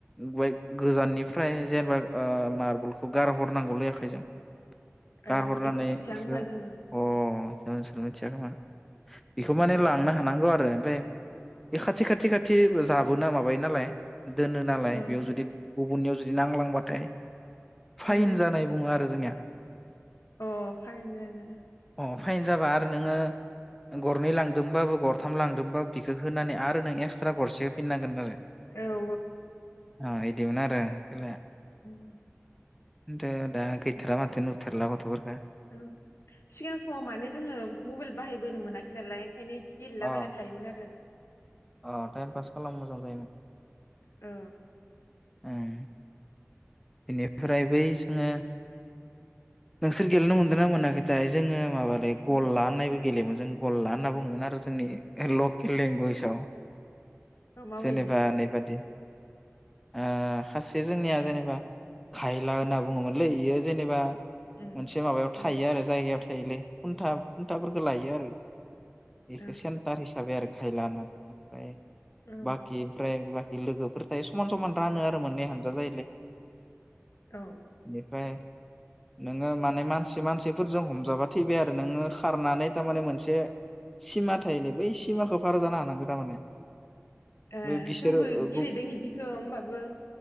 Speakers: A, in the centre; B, on the left (about 70°).
A: गंआइ गोजाननिफ्राय जेनेबा ओ मार्बलखौ गारहरनांगौ लै आखायजों
B: ए
A: गारहरनानै
B: इखौ मिथिया
A: बेखौ
B: होमबा
A: अ
B: जोङो
A: बेखौ नोंसोर मिथिया खोमा बेखौ
B: ओं
A: माने ला नांगौ आरो ओमफ्राय बे खाथि खाथि खाथि जाबोना माबायो नालाय दोनो नालाय
B: ओं
A: बेयाव जुदि गुबुननियाव जुदि नांलांबाथाय फाइन
B: ओं
A: जानाय बुङो आरो जोंनिया <inaudible>
B: अ फाइन जानो
A: अ फाइन जाबा आरो नोङो गरनै लां दोंबाबो गरथाम लांदोंबाबो बिखौ होनानै आरो नों एक्सट्रा गरसे होफिननांगोन आरो
B: औ औ
A: अ इदिमोन आरो खेलाया
B: उम
A: थो दा गैथारा माथो नुथारला गथ'फोर
B: ओ सिगां समाव माने जोङो मबाइल बाहायबोनो मोनाखै नालाय ओंखायनो गेलेला
A: अ
B: बायना थायोमोन आरो <unintelligible>
A: अ टाइम पास खालाम मोजां जायो मोन
B: औ
A: ओं बेनिफ्राय बै जोङो नोंसोर गेलेनो मोनदोंना मोनाखै थाय जोङो माबालै गल्ला
B: माखौ
A: होननायबो गेलेयो जों गलला होनना बुङोमोन आरो जोंनि लकेल लेंगुवेजाव
B: औ माबायदि
A: जेनेबा नेैबादि ओ खासे जोंनिया जेनेबा खायला होनना बुङोमोनलै इयो जेनेबा
B: उम
A: मोनसे माबायाव थायो
B: उम
A: आरो जायगायाव थायोलै खुन्था खुन्थाफोरखौ लायो आरो
B: उम
A: बेखौ सेन्टार हिसाबै आरो फाइ लानानै ओमफ्राय
B: ओं
A: बाखि ओमफ्राय लोगोफोर थायो समान समान रानो आरो मोननै हानजा जायोलै
B: औ
A: बेनिफ्राय नोङो माने मानसि मानसिफोरजों हमजाबा थैबाय आरो नोङो खारनानै थारमाने मोनसे सिमा थायोलै बै सिमाखौ फार जानो हानांगौ थारमाने
B: ए
A: बे बिसोरो
B: जोंबो
A: अ
B: गेलेदों इदिखो होमबाबो